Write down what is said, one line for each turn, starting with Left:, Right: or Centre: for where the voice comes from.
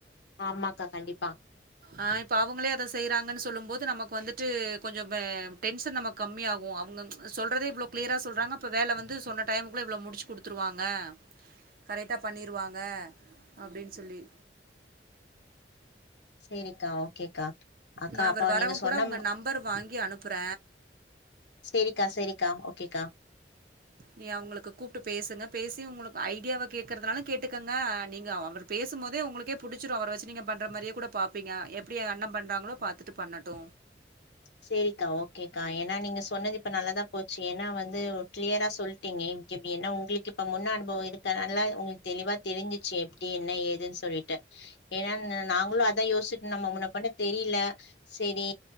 Left: ஆமாக்கா கண்டிப்பா
Right: ஆ இப்ப அவுங்களே அத செய்யறாங்கன் சொல்லு போது நமக்கு வந்துட்டு கொஞ்சோ டென்ஷன் நமக் கம்மி ஆகு அவங்க சொல்றதே இவ்ளோ கிளியரா சொல்றாங்க அப்ப வேல வந்து சொன்ன டைமுக்குள்ள இவ்ளோ முடிச்சு குடுத்துருவாங்க கரெக்டா பண்ணிருவாங்க அப்டின் சொல்லி
Left: செரிக்கா ஓகேக்கா அக்கா
Right: நா
Left: அப்ப
Right: இவர் வரவுங்கூட
Left: நீங்க சொன்ன
Right: உங்க நம்பர் வாங்கி அனுப்புற
Left: செரிக்கா செரிக்கா ஓகேக்கா
Right: நீ அவங்களுக்கு கூப்ட்டு பேசுங்க பேசி உங்களுக்கு ஐடியாவ கேட்கறதுனாலு கேட்டுக்கங்க நீங்க அவர் பேசும்போதே உங்களுக்கே புடிச்சிடு அவர வச்சு நீங்க பண்ணற மாரியே கூட பாப்பீங்க எப்டி ஏ அண்ண பண்றாங்களோ பாத்துட்டு பண்ணட்டு
Left: செரிக்கா ஓகேக்கா ஏன்னா நீங்க சொன்னது இப்ப நல்லாதா போச்சு ஏன்னா வந்து கிளியரா சொல்ட்டீங்க எப்டின்னா உங்களுக்கு இப்ப முன் அனுபவ இருக்கனாலா உங்களுக்கு தெளிவா தெரிஞ்சிச்சு எப்டி என்ன ஏதுன் சொல்லிட்டு ஏன்னா நாங்களு அதா யோசிச்சுட்டு நம்ம முன்ன பின்ன தெரில சரி